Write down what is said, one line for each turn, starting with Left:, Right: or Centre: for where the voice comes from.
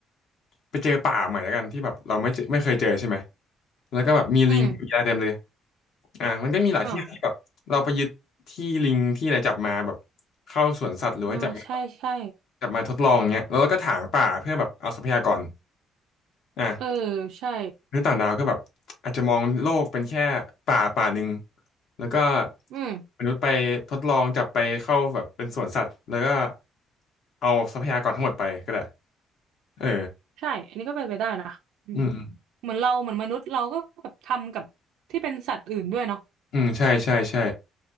Left: ไปเจอป่าใหม่แล้วกันที่แบบเราไม่เจอไม่เคยเจอใช่ไหมแล้วก็แบบมีลิงมีอะไรเต็มเลย
Right: อืม
Left: อ่ะมันก็มีหลายที่ที่แบบเราไปยึดที่ลิงที่อะไรจับมาแบบ
Right: อ่า
Left: เข้าสวนสัตว์หรือว่าจับมา
Right: อ่าใช่ ใช่
Left: จับมาทดลองอย่างเงี้ยแล้วเราก็ถางป่าเพื่อแบบเอาทรัพยากรอ่ะ
Right: เออใช่
Left: มนุษย์ต่างดาวก็แบบอาจจะมองโลกเป็นแค่ป่าป่าหนึ่งแล้วก็
Right: อืม
Left: มนุษย์ไปทดลองจับไปเข้าแบบเป็นสวนสัตว์แล้วก็เอาทรัพยากรทั้งหมดไปก็ได้เออ
Right: ใช่ อันนี้ก็เป็นไปได้นะอืม
Left: อืม
Right: เหมือนเราเหมือนมนุษย์เราก็แบบทำกับที่เป็นสัตว์อื่นด้วยเนาะ
Left: อืมใช่ใช่ใช่